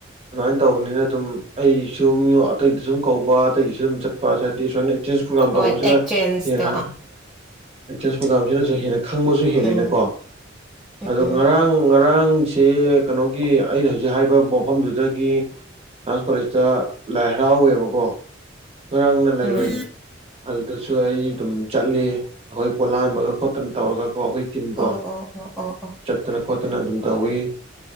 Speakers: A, on the right (about 30°); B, in the centre.
A: ꯑꯗꯨꯃꯥꯏꯅ ꯇꯧꯕꯅꯤꯅ ꯑꯗꯨꯝ ꯑꯩꯁꯨ ꯑꯇꯩꯗ ꯁꯨꯝ ꯀꯧꯕ ꯑꯇꯩꯒꯤꯁꯨ ꯑꯗꯨꯝ ꯆꯠꯄ ꯍꯥꯏꯗꯤ ꯁꯃꯥꯏꯅ ꯑꯦꯇꯦꯟꯁ ꯄ꯭ꯔꯣꯒꯥꯝ
B: ꯍꯣꯏ
A: ꯇꯧꯕꯁꯤꯅ
B: ꯑꯦꯛꯆꯦꯟꯖꯇꯣ
A: ꯍꯦꯟꯅ ꯑꯇꯦꯟꯁ ꯄ꯭ꯔꯣꯒꯥꯝꯁꯤꯅꯁꯨ ꯍꯦꯟꯅ ꯈꯪꯕꯁꯨ ꯍꯦꯜꯂꯦꯅꯀꯣ
B: ꯎꯝ
A: ꯑꯗꯣ
B: ꯎꯝ
A: ꯉꯔꯥꯡ ꯉꯔꯥꯡ ꯑꯉꯥꯡꯁ ꯀꯩꯅꯣꯒꯤ ꯑꯩꯅ ꯍꯧꯖꯤꯛ ꯍꯥꯏꯕ ꯃꯐꯝꯗꯨꯗꯒꯤ ꯗꯥꯟꯁ ꯀꯣꯂꯦꯖꯇ ꯂꯥꯏ ꯍꯔꯥꯎꯋꯦꯕꯀꯣ ꯉꯔꯥꯡꯅ ꯂꯩꯔꯣꯏꯅꯤ
B: ꯎꯝ
A: ꯑꯗꯨꯗ ꯁꯨ ꯑꯩ ꯑꯗꯨꯝ ꯆꯠꯂꯤ ꯑꯩꯈꯣꯏ ꯄꯣꯂꯥꯟꯕꯒ ꯈꯣꯠꯇꯅ ꯇꯧꯔꯒꯀꯣ ꯑꯩꯈꯣꯏ ꯇꯤꯝ ꯀꯣ
B: ꯑꯣ ꯑꯣ ꯑꯣ ꯑꯣ ꯑꯣ
A: ꯆꯠꯇꯅ ꯈꯣꯠꯇꯅ ꯑꯗꯨꯝ ꯇꯧꯋꯤ